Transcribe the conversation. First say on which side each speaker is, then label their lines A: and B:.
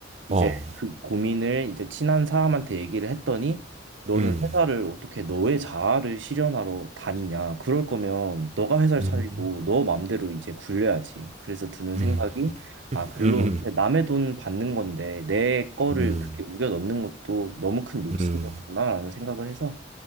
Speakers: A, on the right; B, on the right.
A: 이제
B: 어.
A: 그 고민을 이제 친한 사람한테 얘기를 했더니 너는
B: 음.
A: 회사를 어떻게 너의 자아를 실현하러 다니냐. 그럴 거면 너가 회사를
B: 음.
A: 차리고 너 맘대로 이제 굴려야지. 그래서 드는
B: 음.
A: 생각이 아,
B: 음
A: 글로
B: 음. 음.
A: 남의 돈 받는 건데 내 거를
B: 음.
A: 그렇게 우겨 넣는 것도 너무 큰 욕심이었구나라는
B: 음.
A: 생각을 해서